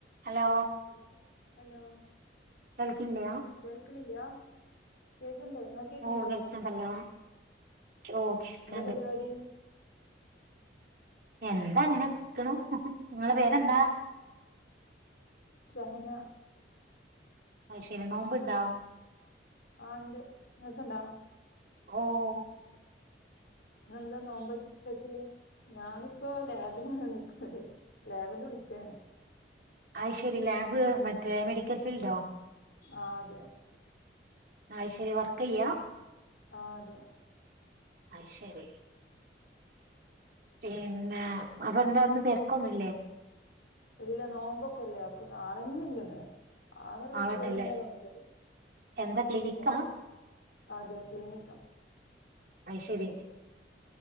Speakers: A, on the right; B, on the left.
A: Hello.
B: Hello hello.
A: കേൾക്കില്ല
B: കേൾക്ക്ന്നില്ല്യ? കേക്ക്ണ്ട്. ഇങ്ങക്ക് കേക്ക്ന്നില്യേ?
A: ഓ കേൾക്കണ്ടല്ലോ
B: -
A: ഓ കേക്ക്ണ്ട്.
B: പരിപാടി
A: എന്താ അങ്ങനെക്ക്ണു ഇങ്ങളെ പേരെന്താ? -
B: ഷഹന.
A: അയ് ശെരി നോമ്പ്ണ്ടാ? -
B: ആ ഇണ്ട്. ഇങ്ങക്ക്ണ്ടാ? -
A: ഓഹ്
B: ഇന്ന് എന്താ നോമ്പായിട്ട് സ്പെഷ്യല്. ഞാനിപ്പോ ലാബിലാണ് നിക്കണത്. ലാബിന്ന് വിളിക്കാ ഞാന്.
A: ഐശ്വര്യ ലാബ് മറ്റേ മെഡിക്കൽ ഫീൽഡോ?
B: ആഹ് അതെ
A: അയ് ശരി വർക്കെയ്യാ?
B: ആഹ് അതെ
A: അത് ശരി പിന്നെ അപ്പ എന്താ ഇന്ന് തെരക്കൊന്നുല്ലേ?
B: ഇല്ല നോമ്പൊക്കെല്ലേ അപ്പൊ ആളെന്നെ ഇല്ല ഇന്ന്. ആകെ ഒരു പത്ത്
A: ആളെന്നല്ലേ
B: പയിനഞ്ചാളെ വന്നിട്ടൊള്ളൂ.
A: എന്താ ക്ലിനിക്കാ
B: <unintelligible> അതെ ക്ലിനിക്ക
A: <unintelligible>